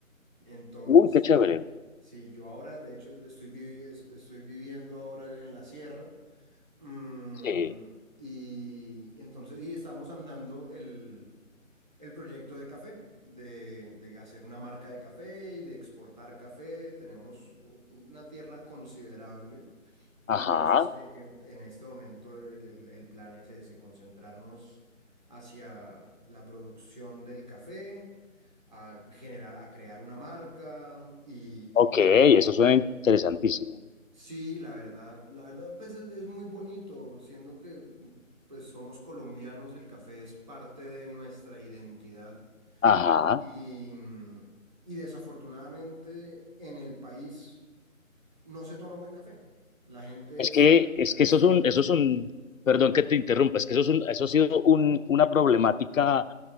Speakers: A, on the right (about 35°); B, on the left (about 70°).
A: Entonces,
B: Uy, qué chévere.
A: sí, yo ahora, de hecho, estoy, vivi- es- estoy viviendo ahora en la sierra, mm,
B: Sí.
A: y entonces, y estamos andando el... El proyecto de café, de, de hacer una marca de café y de exportar café. Tenemos una tierra considerable. Entonces,
B: Ajá.
A: eh, en, en este momento el, el- el plan es ese, concentrarnos hacia la producción del café, a generar, a crear una marca y,
B: Ok,
A: y bueno.
B: eso suena interesantísimo.
A: Sí, la verdad, la verdad, pues es, es muy bonito, siendo que pues somos colombianos, el café es parte de nuestra identidad
B: Ajá.
A: y, mm, y desafortunadamente en el país no se toma buen café. La gente
B: Es
A: está,
B: que, es que
A: está,
B: eso es un, eso es un, perdón que te interrumpa, es que eso es un, eso ha sido un, una problemática